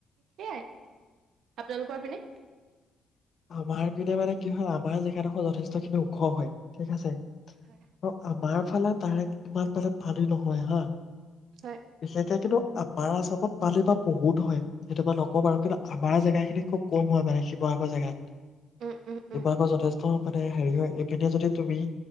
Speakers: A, on the right (about 75°); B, on the left (about 50°).
A: সেইয়াই আপোনালোকৰ পিনে
B: আমাৰ পিনে মানে কি হয় আমাৰ জেগাডোখৰ যথেষ্টখিনি ওখ হয় ঠিক আছে। আৰু
A: হয়
B: আমাৰ ফালে তাৰে ইমান মানে পানী নহয়। হা
A: হয়
B: বিশেষকে কিন্তু আপাৰ আছামত পানি বা বহুত হয়। সেইটোই নকওঁ ব আৰু কিন্তু আমাৰ জেগা খিনি খুব কম হয়। মানে জেগাত
A: উম, উম,
B: তিবাৰাকৰ
A: উম,
B: যথেষ্ট মানে হেৰি হয়। এইপিনে যদি তুমি